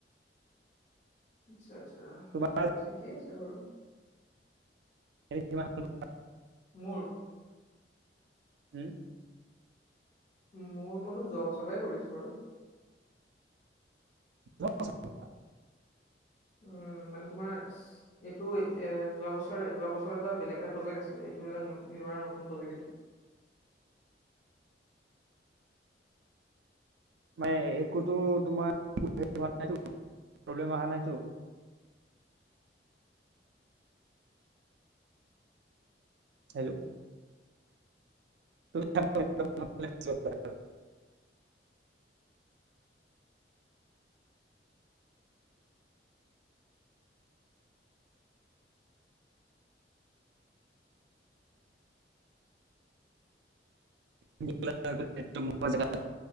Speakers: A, on the left (about 40°); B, on the right (about 70°).
A: আচ্ছা আচ্ছা
B: তোমাৰ
A: ঠিকেই আছে বাৰু
B: <unintelligible>
A: মোৰ
B: উম।
A: মোৰ মতো যোৱা বছৰ পৰাই কৰি আছোঁ বাৰু
B: <unintelligible>
A: উম মানে তোমাৰ এইটো এ যোৱা বছৰ যোৱা বছৰ এটা বেলেগ এটা প্ৰজেক্ট আছিলে এইটো এটা এইবাৰ নতুন প্ৰজেক্ট এইটো
B: মানে একোতো তোমাৰ হ ন প্ৰব্লেম অ হা নাইতো হেল্লো <unintelligible> <unintelligible> <unintelligible>